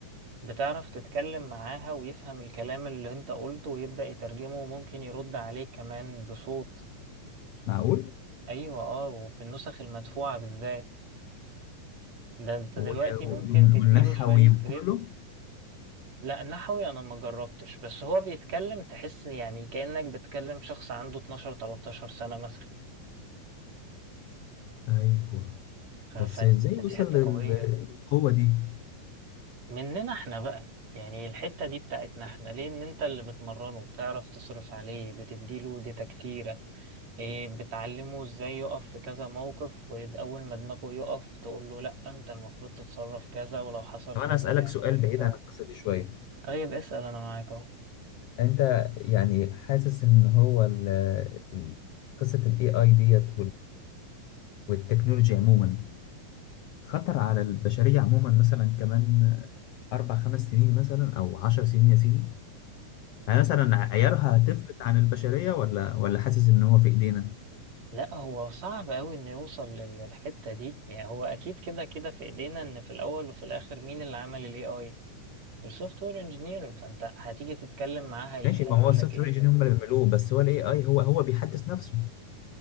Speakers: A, on the right; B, on the left.
A: بتعرف تتكلم معاها ويفهم الكلام اللي انت قلته ويبدأ يترجمه وممكن يرد عليك كمان بصوت
B: معقول
A: أيوه اه وفي النسخ المدفوعة بالذات ده انت
B: و-
A: دلوقتي
B: وال-
A: ممكن تديله
B: والنحوي
A: شوية سكريبت
B: وكله
A: لا نحوي انا ما جربتش بس هو بيتكلم تحس يعني كأنك بتكلم شخص عنده 12 13 سنة مثلا
B: ايوه
A: ف- ف-
B: بس ازاي
A: فدي
B: وصل
A: حتة
B: لل-
A: قوية
B: للقوة دي
A: مننا احنا بقى يعني الحتة دي بتاعتنا احنا ليه ان انت اللي بتمرنه بتعرف تصرف عليه بتديله داتا كتيرة ايه بتعلمه ازاي يقف في كذا موقف واول ما دماغه يقف تقول له لا انت المفروض تتصرف كذا ولو حصل
B: طب انا
A: كذا
B: اسألك
A: تعمل
B: سؤال
A: كذا
B: بعيد عن القصة دي شوية
A: طيب اسأل انا معاك اهو
B: انت يعني حاسس ان هو ال- ال- قصة الاي اي ديت والتكنولوجيا عموما خطر على البشرية عموما مثلا كمان أربع خمس سنين مثلا أو عشر سنين يا سيدي يعني مثلا عيارها هتفلت عن البشرية ولا ولا حاسس إن هو في إيدينا
A: لا هو صعب أوي إنه يوصل لل- للحتة دي يعني هو أكيد كده كده في إيدينا إن في الأول وفي الآخر مين اللي عمل ال AI السوفت وير انجينير فأنت هتيجي تتكلم معاه هي...
B: ماشي
A: هيقول
B: ما هو السوفت
A: لك إيه
B: وير إنجينير هم اللي بيعملوه بس هو الإي آي هو هو بيحدث نفسه